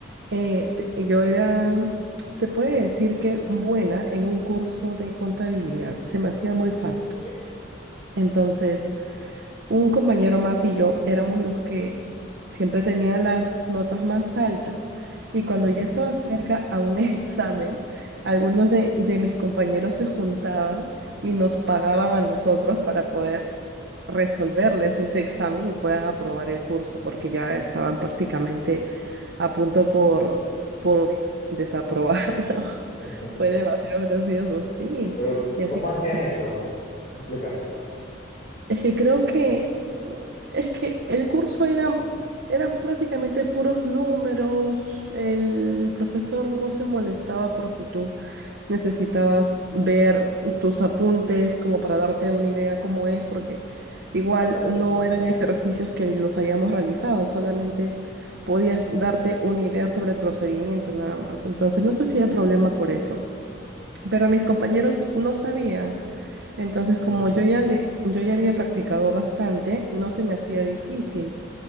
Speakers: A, on the right; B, on the left.
A: eh, te- yo era, se puede decir que buena en un curso de contabilidad. Se me hacía muy fácil.
B: ok.
A: Entonces... Un compañero más y yo éramos los que siempre tenían las notas más altas. Y
B: ujú,
A: cuando ya estaba cerca a un <laughs> examen, algunos de, de mis compañeros se juntaban y nos pagaban a nosotros para poder resolverles ese examen y puedan aprobar el curso, porque ya estaban prácticamente a punto por, por desaprobarlo. <laughs>
B: <laughs>
A: Fue demasiado gracioso, sí.
B: Pero,
A: Y así
B: ¿cómo hacían
A: fue.
B: eso? Explícame.
A: Es que creo que es que el curso era eran prácticamente puros números. El profesor no se molestaba por si tú necesitabas ver tus apuntes como para darte una idea cómo es, porque igual
B: ¿Vale?
A: no eran ejercicios que los hayamos realizado, solamente podías darte una idea sobre el procedimiento nada más. Entonces no se hacía problema por eso. Pero mis compañeros no sabían. Entonces, como
B: ujú,
A: yo ya le, yo ya había practicado bastante, no se me hacía difícil.